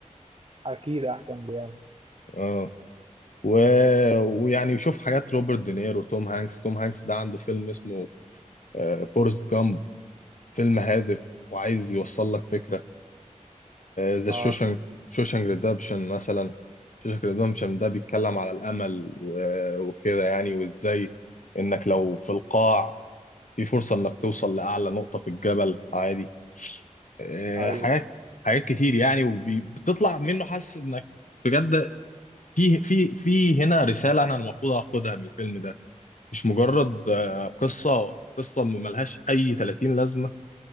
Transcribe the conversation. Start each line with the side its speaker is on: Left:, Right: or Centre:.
Right: اكيد احسن بيعمل
Left: اه و... ويعني يشوف حاجات روبرت دينيرو توم هانكس توم هانكس ده عنده فيلم اسمه آه، فورست جامب فيلم هادف وعايز يوصل لك فكرة ذا
Right: اه
Left: شوشنج شوشنج ريدمبشن مثلا شوشنج ريدمبشن ده بيتكلم على الأمل و... وكده يعني وإزاي إنك لو في القاع في فرصة إنك توصل لأعلى نقطة في الجبل عادي آه،
Right: ايوه
Left: حاجات حاجات كتير يعني وبتطلع منه حاسس إنك بجد في في في هنا رسالة أنا المفروض آخدها من الفيلم ده مش مجرد آه، قصة قصة ملهاش أي 30 لازمة